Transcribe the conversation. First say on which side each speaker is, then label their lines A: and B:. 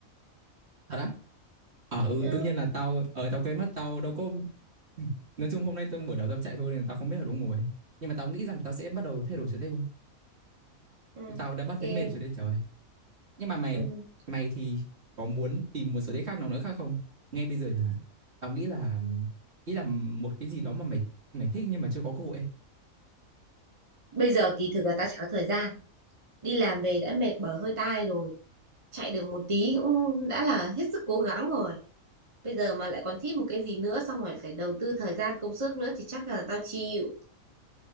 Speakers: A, on the right; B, on the right.
A: thật á ờ ừ,
B: Ừ.
A: đương nhiên là tao ở tao quên mất tao đâu có <laughs> nói chung hôm nay tao buổi đầu tao chạy thôi nên là tao không biết là đúng ngồi nhưng mà tao nghĩ rằng tao sẽ bắt đầu thay đổi sở thích thôi
B: Ừ.
A: tao đã bắt thấy
B: Ok.
A: mệt rồi đấy trời ơi. nhưng mà mày
B: Ừ.
A: mày thì có muốn tìm một sở thích khác nào nữa khác không ngay bây giờ chẳng hạn tao nghĩ là nghĩ là một cái gì đó mà mày mày thích nhưng mà chưa có cơ hội ấy.
B: Bây giờ kỳ thực là tao chả có thời gian. Đi làm về đã mệt bở hơi tai rồi. Chạy được một tí cũng đã là hết sức cố gắng rồi. Bây giờ mà lại còn thích một cái gì nữa xong rồi phải đầu tư thời gian công sức nữa thì chắc là tao chịu.